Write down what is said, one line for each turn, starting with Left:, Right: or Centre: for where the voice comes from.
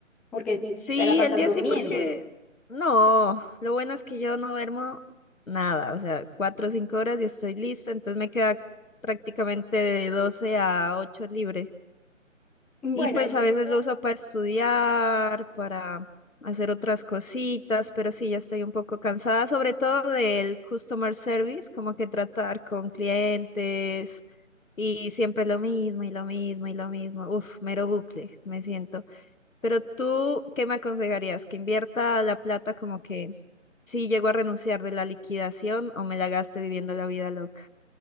Centre: porque
Left: Sí,
Centre: te la pasas
Left: el día
Centre: durmiendo.
Left: sí porque no, lo bueno es que yo no duermo nada, o sea, cuatro o cinco horas y estoy lista, entonces me queda prácticamente de 12 a 8 libre.
Centre: Bueno,
Left: Y pues
Centre: es que
Left: a veces
Centre: eso-
Left: lo uso para estudiar, para hacer otras cositas, pero sí, ya estoy un poco cansada, sobre todo del customer service, como que tratar con clientes y siempre lo mismo y lo mismo y lo mismo. Uf, mero bucle, me siento. Pero tú, ¿qué me aconsejarías? ¿Que invierta la plata como que si llego a renunciar de la liquidación o me la gaste viviendo la vida loca?